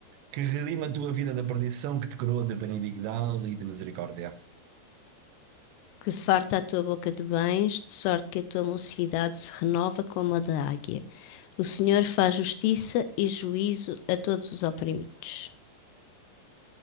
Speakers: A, on the right; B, on the left.
A: que redima a tua vida da perdição, que te coroa de benignidade e de misericórdia.
B: que farta a tua boca de bens, de sorte que a tua mocidade se renova como a da águia. O Senhor faz justiça e juízo a todos os oprimidos.